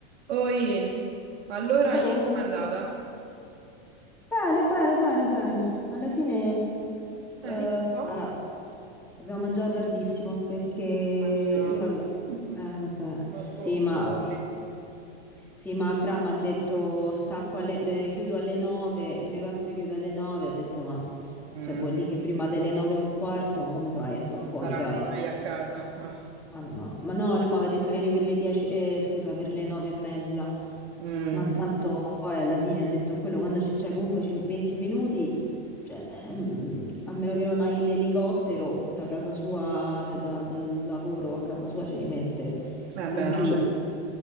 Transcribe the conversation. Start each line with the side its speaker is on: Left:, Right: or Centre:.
Right: Oi, allora
Centre: Oh,
Right: ieri com'è andata?
Centre: bene, bene, bene, bene. Alla fine,
Right: Eh,
Centre: eh,
Right: dimmi un po'.
Centre: allora, abbiamo mangiato tardissimo perché
Right: Immaginavo.
Centre: io... al-
Right: <laughs>
Centre: Eh, vabbè,
Right: Conosco
Centre: sì,
Right: i
Centre: ma...
Right: capelli.
Centre: Sì, ma Fra mi ha detto, stacco alle... eh, chiudo alle 9, il negozio chiude alle 9, ho detto, ma...
Right: Mm,
Centre: Cioè, vuol dire che prima delle 9 e un quarto, ma come fai? Sta fuori,
Right: non sarà
Centre: dai.
Right: mai a casa. Ah.
Centre: Ma no, ma no, lui mi aveva detto vieni per le 10, eh, scusa, per le 9 e mezza.
Right: Mm,
Centre: Ma tanto poi alla fine ho detto quello quando c'è, cioè comunque ci- 20 minuti, cioè, ehm, a meno che non hai l'elicottero da casa sua, cioè da- dal lavoro a casa sua ce li mette.
Right: Eh
Centre: In
Right: beh,
Centre: più,
Right: no, cer-